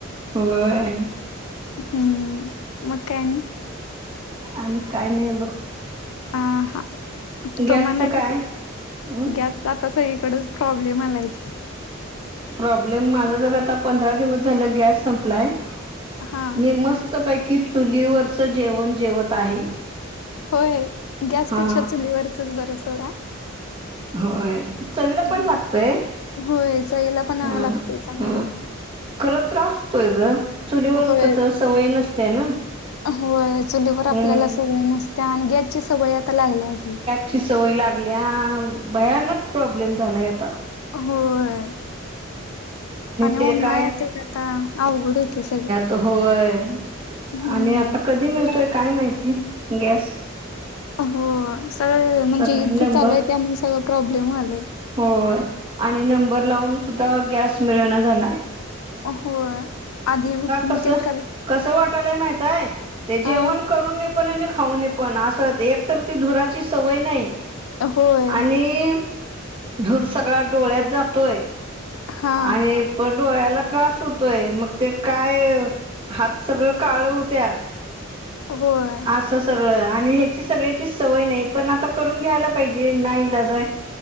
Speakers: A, on the right; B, on the left.
A: होय.
B: हम्म मग काय नाही.
A: आणि काही नाही बघ.
B: आ हा <unintelligible>
A: गॅसचं काय? अं
B: आता सगळी कडच प्रॉब्लेम आलाय की.
A: प्रॉब्लेम माझा जर आता पंधरा दिवस झालं गॅस संपलाय.
B: हा
A: मी मस्त पैकी चुलीवरच जेवण जेवत आहे.
B: होय गॅसपेक्षा
A: हा
B: चुलीवरचच बरं सोडा.
A: होय चवीला
B: हम्म,
A: पण लागतंय
B: होय चवीला पण
A: ह
B: लागते चांगलं
A: ह. खरं त्रास होतोय गं चुलीवर
B: होय
A: कसं सवय नसते ना.
B: होय चुलीवर आपल्याला
A: हम्म
B: सवय नसत्या आणि गॅसची सवय आता लागल्या आहे.
A: ची सवय लागल्या भयानक प्रॉब्लेम झालाय आत
B: होय आणि
A: ते
B: उन्हाळ्यात
A: काय
B: एक आता अवघड होतंय सगळं.
A: तर होय
B: हम्म
A: आणि आता कधी मिळतोय काय माहिती गॅस?
B: होय सगळं म्हणजे
A: सगळे
B: युद्ध
A: नंबर
B: चालू आहे त्यामुळे सगळं प्रॉब्लेम व्हालंय.
A: होय आणि नंबर लावून सुद्धा गॅस मिळणा झालायं.
B: ओ होय आधी हे होतीन
A: कसं
B: तेन कर
A: कसं वाटालय माहिताय ते जेवण
B: अ
A: करूनी पण आणि खाऊनी पण असं ते एक तर ती धुराची सवय नाही,
B: होय
A: आणि धूर सगळा डोळ्यात जातोय
B: हा
A: आहे. परत डोळ्याला त्रास होतोय मग ते काय हात सगळं काळ होत्यात.
B: होय.
A: असं सगळं आणि ह्याची सगळ्याची सवय नाही पण आता करून घ्यायला पाहिजे नाइलाज आहे.